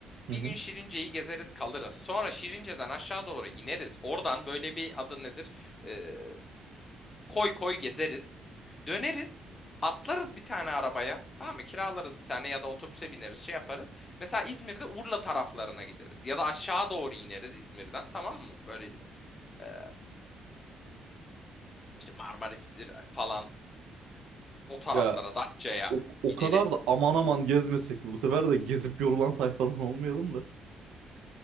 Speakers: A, on the right (about 80°); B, on the left (about 30°).
A: Hı
B: Bir
A: hı.
B: gün Şirince'yi gezeriz kalırız. Sonra Şirince'den aşağı doğru ineriz. Oradan böyle bir adı nedir? Ee, Koy koy gezeriz. Döneriz. Atlarız bir tane arabaya. Tamam mı? Kiralarız bir tane ya da otobüse bineriz şey yaparız. Mesela İzmir'de Urla taraflarına gideriz. Ya da aşağı doğru ineriz İzmir'den tamam mı? Böyle eee, işte Marmaris'tir falan o taraflara
A: Ya
B: Datça'ya
A: o, o
B: gideriz.
A: kadar da aman aman gezmesek mi? Bu sefer de gezip yorulan tayfadan olmayalım da.